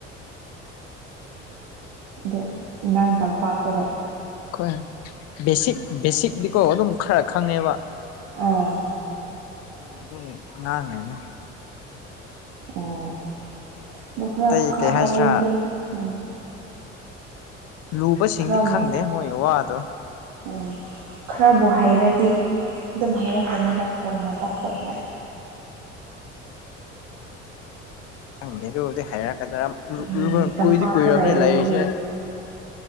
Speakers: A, on the right (about 55°); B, on the left (about 45°).
A: ꯑꯗꯨꯣ ꯅ ꯇꯝꯄꯥꯛꯇꯗ
B: ꯍꯣꯏ ꯕꯦꯁꯤꯛ ꯕꯦꯁꯤꯛꯇꯤꯀꯣ ꯑꯗꯨꯝ ꯈꯔ ꯈꯪꯉꯦꯕ
A: ꯑꯥ
B: ꯎꯝ ꯑꯗꯨꯒꯤ ꯉꯥꯡꯉꯤꯅꯤ
A: ꯑꯣ ꯂꯈ꯭ꯔꯥꯈꯔ
B: ꯑꯇꯩ ꯀꯩ ꯍꯥꯏꯁꯤꯔꯥ
A: ꯍꯥꯏꯗꯤ ꯎꯝ
B: ꯂꯨꯕꯁꯤꯡꯗꯤ
A: ꯈꯔꯕꯨ
B: ꯈꯪꯗꯦ ꯃꯣꯏ ꯋꯥꯗꯣ
A: ꯎꯝ ꯈꯔꯕꯨ ꯍꯩꯔꯗꯤ ꯑꯗꯨꯝ ꯍꯩꯔꯛꯄꯅꯤꯗ ꯀꯣꯟꯅ ꯇꯞ ꯇꯞꯅ
B: ꯈꯪꯉꯦ ꯑꯗꯨꯕꯨꯗꯤ ꯍꯥꯏꯔꯛꯀꯗ꯭ꯔꯥ
A: ꯎꯝ ꯇꯝꯄꯥꯛꯇ
B: ꯀꯨꯏꯗꯤ ꯀꯨꯏꯔꯕꯅꯦ
A: ꯂꯩꯔꯤꯗꯨꯗꯤ
B: ꯂꯩꯔꯤꯁꯦ
A: ꯀꯔꯤ